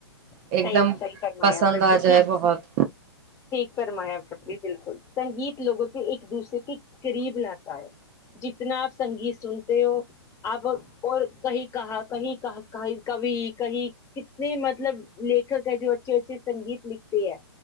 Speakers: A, on the left (about 20°); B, on the right (about 30°).
A: صحیح
B: ایک دم
A: صحی فرمایا
B: پسند
A: بالکل
B: آ جائے
A: ٹھیک
B: بہت
A: ٹھیک فرمایا سبھی بالکل سنگیت لوگوں کے ایک دوسرے کے قریب لاتا ہے جتنا آپ سنگیت سنتے ہو آپ اور کہیں کہا کہیں کہ کہیں کبھی کہیں کتنے مطلب لیکھک ہے جو اچھے اچھے سنگیت لکھتے ہے